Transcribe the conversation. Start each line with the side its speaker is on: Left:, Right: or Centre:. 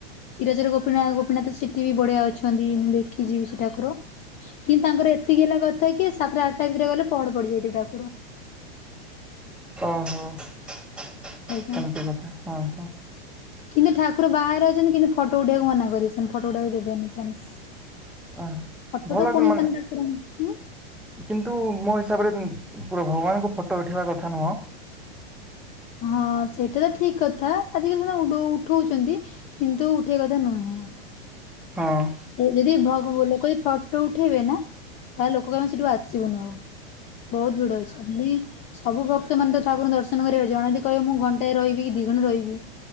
Left: କ୍ଷୀରଚୋରା ଗୋପୀନା ଗୋପୀନାଥ ସେଠି ବି ବଢିଆ ଅଛନ୍ତି ମୁଁ ଦେଖି ବି ସେ ଠାକୁର। କିନ୍ତୁ ତାଙ୍କର ଏତିକି ହେଲା କଥା କି ସାତଟା ଆଠଟା ଭିତରେ ଗଲେ ପହଡ ପଡିଯାଇଥିବେ ଠାକୁର।
Centre: ଓ ହୋ ସେମିତି
Left: ଆଜ୍ଞା।
Centre: କଥା ହଁ ହଁ।
Left: କିନ୍ତୁ ଠାକୁର ବାହାରେ ଅଛନ୍ତି କିନ୍ତୁ ଫଟୋ ଉଠେବାକୁ ମନା କରିଛନ୍ତି ଫଟୋ ଉଠେଇବାକୁ ଦେବେନି ଚାନ୍ସ। <unintelligible>
Centre: ଅ ଭଲ କି ମାନେ କିନ୍ତୁ ମୋ ହିସାବରେ ମୁଁ ପୁରା ଭଗବାନଙ୍କୁ ଫଟୋ ଉଠେଇବା କଥା ନୁହଁ।
Left: ହଁ ସେଇଟା ତ ଠିକ୍ କଥା ଆଜିକାଲି ସେମାନେ ଉଡ଼ ଉଠଉଛନ୍ତି କିନ୍ତୁ ଉଠେଇବା କଥା ନୁହେଁ।
Centre: ହଁ।
Left: <unintelligible> ଯଦି ଭ ଲୋକ ଯଦି ଫଟୋ ଉଠେଇବେ ନା ତାହେଲେ ଲୋକ କହିବେ ସେଠୁ ଆସିବୁନୁ ଆଉ। ବହୁତ ଭିଡ଼ ଅଛନ୍ତି। ବି ସବୁ ଭକ୍ତ ମାନ ତ ଠାକୁରଙ୍କୁ ଦର୍ଶନ କରିବେ ଜଣେ ଯଦି କହିବ ମୁଁ ଘଣ୍ଟାଏ ରହିବି ଦି ଘଣ୍ଟା ରହିବି